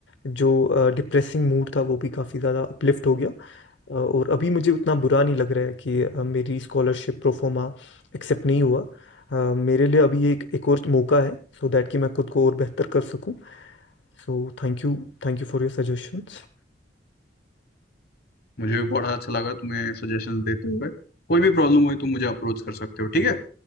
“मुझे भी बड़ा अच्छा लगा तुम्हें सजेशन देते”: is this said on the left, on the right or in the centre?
Left